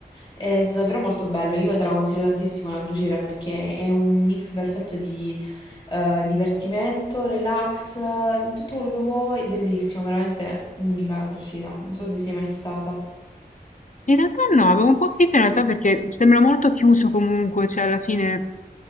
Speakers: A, on the left; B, on the left.
A: È stato davvero molto bello, io te la consiglio tantissimo la crociera perché è un mix perfetto di eh, divertimento, relax, eh, tutto quello che vuoi, bellissimo, veramente unica la crociera, non so se sei mai stata.
B: In realtà no, avevo un po' figa in realtà perché sembra molto chiuso comunque, cioè alla fine